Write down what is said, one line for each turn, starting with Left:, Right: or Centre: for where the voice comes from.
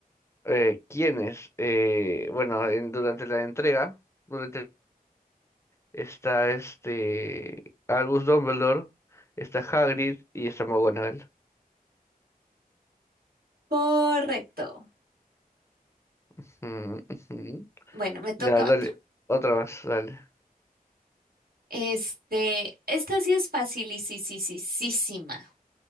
Left: eh, quiénes, eh, bueno, en- durante la entrega, durante está este Albus Dumbledore, está Hagrid y está McGonagall.
Right: Correcto.
Left: Ujú, ujú.
Right: Bueno, me toca
Left: Ya, dale,
Right: otra.
Left: otra más, dale.
Right: Este, esta sí es fácil y sí, sí, sí, sí, sí, ma.